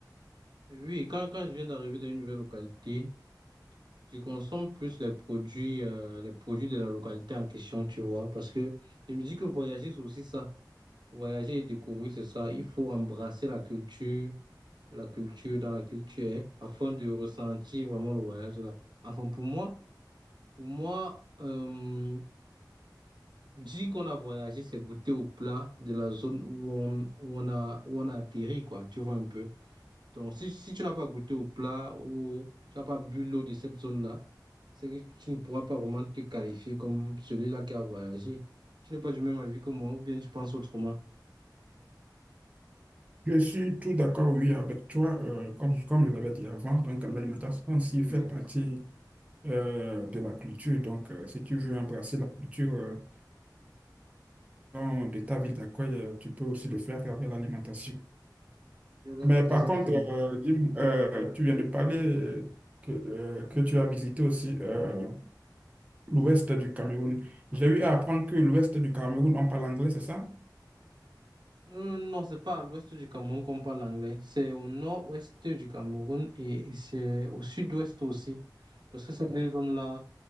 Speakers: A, on the right; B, on the right.
A: Oui, quand, quand je viens d'arriver dans une nouvelle localité, je consomme plus les produits, euh, les produits de la localité en question, tu vois, parce que je me dis que voyager, c'est aussi ça. Voyager et découvrir, c'est ça. Il faut embrasser la culture, la culture dans laquelle tu es, afin de ressentir vraiment le voyage là. Enfin, pour moi, pour moi, euh, dire qu'on a voyagé, c'est goûter au plat de la zone où on, où on a, où on a atterri, quoi. Tu vois un peu. Donc, si, si tu n'as pas goûté au plat ou tu n'as pas bu l'eau de cette zone-là, c'est que tu ne pourras pas vraiment te qualifier comme celui-là qui a voyagé. Tu n'es pas du même avis que moi, ou bien tu penses autrement.
B: Je suis tout d'accord, oui, avec toi, euh, comme, comme je l'avais dit avant, donc l'alimentation aussi
A: Oui, oui,
B: fait partie euh, de la culture. Donc, euh, si tu veux embrasser la culture, euh, de ta ville d'accueil, euh, tu peux aussi le faire à travers l'alimentation.
A: exact,
B: Mais par
A: exactement.
B: contre, euh, dis-moi, euh, tu viens de parler que, euh, que tu as visité aussi euh, l'ouest du Cameroun. J'ai eu à apprendre que l'ouest du Cameroun, on parle anglais, c'est ça?
A: Euh, non, c'est pas à l'ouest du Cameroun qu'on parle anglais. C'est au nord-ouest du Cameroun et, et c'est au sud-ouest aussi. Parce que ces deux zones-là,